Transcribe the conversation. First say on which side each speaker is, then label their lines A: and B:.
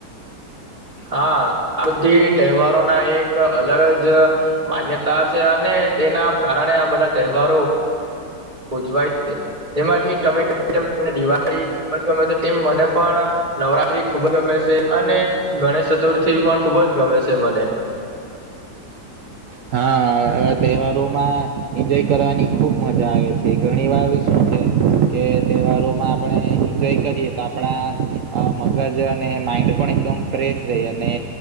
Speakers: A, on the right (about 25°); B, on the right (about 65°).
A: હા આ બધી તહેવારોના એક અલગ જ માન્યતા છે અને તેના કારણે આ બધા તહેવારો ઉજવાય છે તેમાંથી તમે કઈ તેમ દિવાળી ખુબજ ગમે છે તેમ મને પણ નવરાત્રી ખૂબ જ ગમે છે અને ગણેશ ચતુર્થી પણ ખૂબ જ ગમે છે મને
B: હા હવે તહેવારોમાં એન્જોય કરવાની ખુબ મજા આવે છે ઘણી વાર શું છે કે તહેવારોમાં આપણે એન્જોય કરીએ તો આપણા અ મગજ અને માઈન્ડ પણ એકદમ ફ્રેશ રહી અને